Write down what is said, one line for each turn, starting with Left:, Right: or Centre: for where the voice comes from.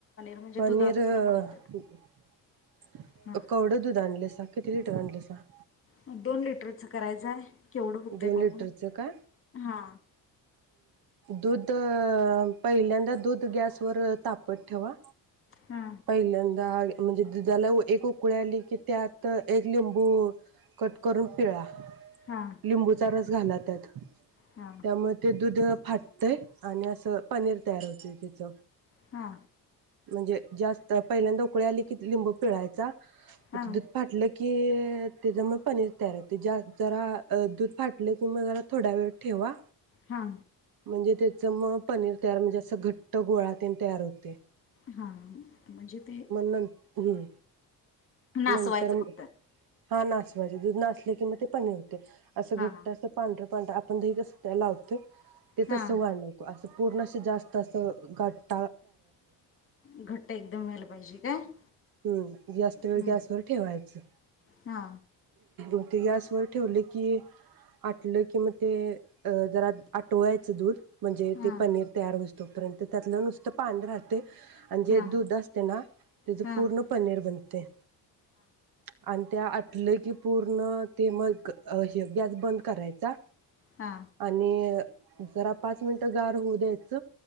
Left: म्हणजे
Right: पनीर
Left: दुधापासून
Right: अ
Left: बनवत्यात हा
Right: कवडं दूध आणले सा? किती लिटर आणलं सा?
Left: मं दोन लिटरचं करायचंय. केवढं होतंय
Right: दोन
Left: बघू
Right: लिटरचं का
Left: हा
Right: दूध अ पहिल्यांदा दूध गॅसवर तापत ठेवा
Left: हा
Right: पहिल्यांदा म्हणजे दुधाला एक उकळी आली की त्यात एक लिंबू कट करून पिळा.
Left: हा
Right: लिंबूचा रस घाला त्यात.
Left: हा
Right: त्यामध्ये दुध फाटतंय आणि असं पनीर तयार होतय त्याच
Left: हा.
Right: म्हणजे जास्त पहिल्यांदा उकळी आली की लिंबू पिळायचा
Left: हा
Right: दूध फाटलं की त्यज्यामुळं पनीर तयार होतंय ज्यात जरा अ दूध फाटलं किं म जरा थोडा वेळ ठेवा
Left: हा
Right: म्हणजे ते चं म पनीर तयार म्हणजे असं घट्ट गोळा तेन तयार होतय.
Left: हा म्हणजे ते
Right: नं हम्म
Left: नासवायचं
Right: नंतर
Left: फक्त
Right: हा नसवायचं दूध नासलं कि मग ते पनीर अस घट्ट
Left: हा
Right: असं पांडर पांडर आप आपण दही कसं त्याला लावतोय प ते
Left: हा
Right: तसं व्हाय नको असं पूर्ण असं जास्त असं काट
Left: घट्ट एकदम व्हायला पाहिजे. <inaudible>
Right: हम्म जास्त वेळ
Left: हा
Right: गॅसवर ठेवायचं.
Left: हा
Right: <inaudible> ते गॅसवर ठेवल की, आटलं कि मग ते अ जरा आटवायचं दूध. म्हणजे
Left: हा
Right: ते पनीर तयार होस तोपर्यंत त्यातल नुसत पाणी राहतय... आणि जे
Left: हा
Right: दूध असत ना त्याज
Left: हा
Right: पूर्ण पनीर बनते... आणि त्या आ... की पूर्ण ते मग हे गॅस बंद करायचा.....
Left: हा
Right: आणि.. जरा पाच मिनिटं गार होऊ द्यायच....